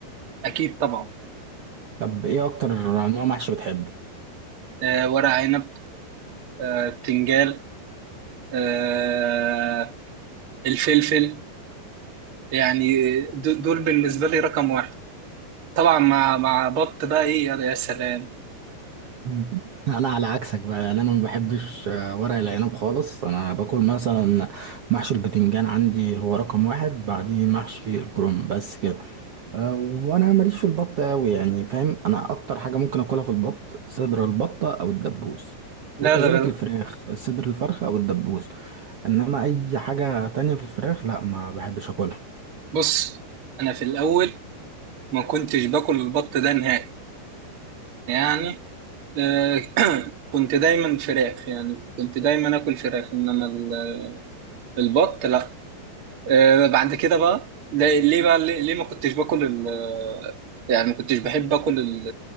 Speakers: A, on the right; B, on the right.
A: أكيد طبعا
B: طب ايه اكتر نوع محشي بتحبه
A: آه، ورق عنب آه، بتنجال آه، الفلفل يعني د- دول بالنسبة لي رقم واحد طبعا مع مع بط بقى إيه يا يا سلام
B: مم. انا على عكسك بقى لأن انا ما بحبش آه، ورق العنب خالص انا باكل مثلا محشي البتنجان عندي هو رقم واحد بعديه محشي الكرنب بس كده آه، وانا ماليش في البط قوي يعني فاهم انا اكتر حاجه ممكن اكلها في البط صدر البطه او الدبوس
A: لا
B: وكذلك
A: ده غل-
B: الفراخ صدر الفرخه او الدبوس انما اي حاجه تانية في الفراخ لا ما بحبش اكلها
A: بص أنا في الأول ما كنتش باكل البط ده نهائي يعني آه، <coughs> <clears throat> كنت دايما فراخ يعني كنت دايما آكل فراخ إنما ال- البط لا آه، بعد كده بقى لا- ليه بقى ليه, ليه ما كنتش باكل ال آه، يعني ما كنتش بحب اكل ال-